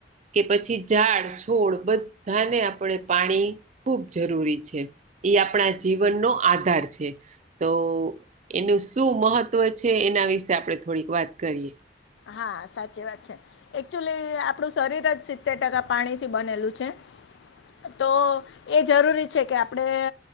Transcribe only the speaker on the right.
કે પછી ઝાડ છોડ બધાને આપણે પાણી ખૂબ જરૂરી છે. એ આપણા જીવનનો આધાર છે. તો એનું શું મહત્વ છે એના વિશે આપણે થોડીક વાત કરીએ.